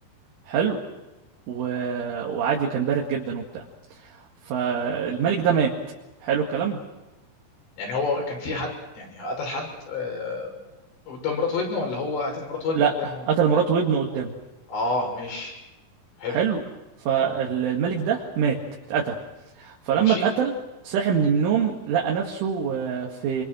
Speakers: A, on the right; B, on the left.
A: حلو و... وعادي كان بارد جدا وبتاع فالملك ده مات حلو الكلام
B: يعني هو كان في حد يعني قتل حد آه، قدام مراته وابنه ولا هو قتل مراته وابنه
A: لا
B: قدامهم
A: قتل مراته وابنه قدامه
B: اه ماشي حلو
A: حلو فالملك ده مات اتقتل فلما
B: ماشي
A: اتقتل صاح من النوم لقى نفسه آه، في